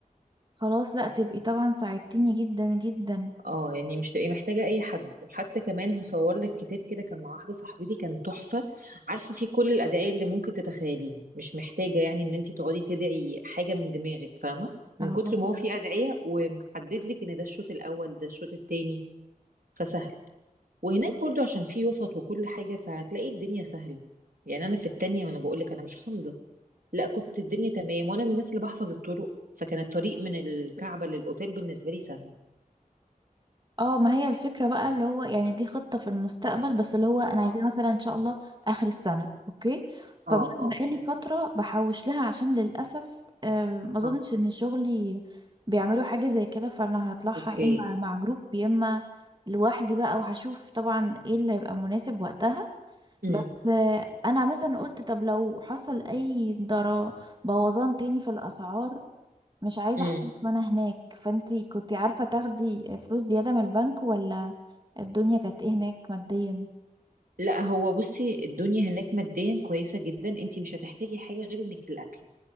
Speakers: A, on the right; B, on the right.
A: خلاص لا تبقي طبعا ساعدتيني جدا جدا
B: اه يعني مش تبقي محتاجة أي حد حتى كمان هو صور لك كتاب كده كان مع واحدة صاحبتي كان تحفة عارفة فيه كل الأدعية اللي ممكن تتخيليها مش محتاجة يعني إن أنت تقعدي تدعي حاجة من دماغك فاهمة من
A: اه
B: كتر ما هو فيه أدعية ومحدد لك إن ده الشوط الأول ده الشوط التاني فسهل وهناك برضو عشان فيه وسط وكل حاجة فهتلاقي الدنيا سهلة يعني أنا في التانية وأنا بقول لك أنا مش حافظة لا كنت الدنيا تمام وأنا من الناس اللي بحفظ الطرق فكان الطريق من الكعبة للأوتيل بالنسبة لي سهل
A: اه ما هي الفكرة بقى اللي هو يعني دي خطة في المستقبل بس اللي هو انا
B: اه
A: عايزاه مثلا ان شاء الله اخر السنة اوكي
B: اه
A: فبقى بقالي
B: آه،
A: فترة بحوش لها عشان للأسف آه، ما اظنش
B: آه.
A: ان شغلي بيعملوا حاجة زي كده فانا هطلعها
B: اوكي
A: يا اما مع جروب يا اما لوحدي بقى وهشوف طبعا ايه اللي هيبقى مناسب وقتها
B: امم
A: بس آه، انا مثلا قلت طب لو حصل اي ضرر بوظان تاني في الاسعار مش عايزة
B: امم
A: احتاس وانا هناك فانتي كنتي عارفة تاخدي فلوس زيادة من البنك ولا الدنيا كانت ايه هناك ماديا
B: لا هو بصي الدنيا هناك ماديا كويسه جدا انت مش هتحتاجي حاجه غير انك الاكل